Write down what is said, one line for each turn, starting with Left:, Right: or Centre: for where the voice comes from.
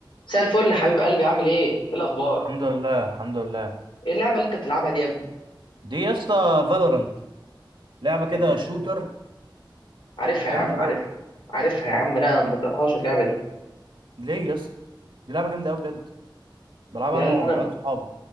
Left: مساء الفل يا حبيب قلبي عامل ايه؟ ايه الاخبار؟
Right: الحمد اه لله الحمد لله
Left: ايه اللعبه اللي انت بتلعبها دي يا ابني؟
Right: دي يا اسطى فالورانت لعبه
Left: آه،
Right: كده شوتر
Left: عارفها
Right: جامده
Left: يا عم عارفها
Right: قوي
Left: عارفها يا عم لا انا ما بطيقهاش اللعبه دي
Right: ليه يا اسطى دي لعبه جامده قوي بجد بلعبها
Left: لا
Right: انا
Left: لا
Right: والعيال
Left: انا
Right: صحابي